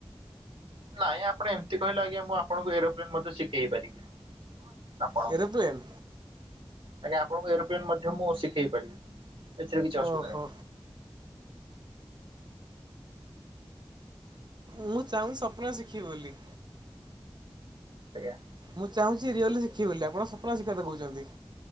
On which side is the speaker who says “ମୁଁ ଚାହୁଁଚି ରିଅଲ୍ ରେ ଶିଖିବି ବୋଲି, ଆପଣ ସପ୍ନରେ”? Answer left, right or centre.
Right